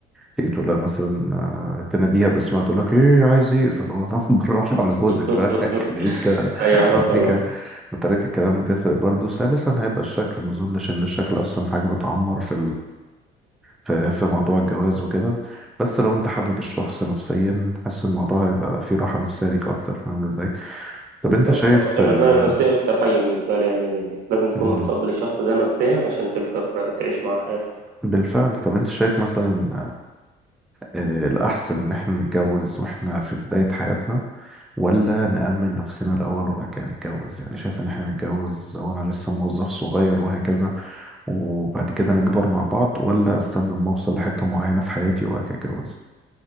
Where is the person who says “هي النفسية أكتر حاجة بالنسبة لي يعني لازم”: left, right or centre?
Right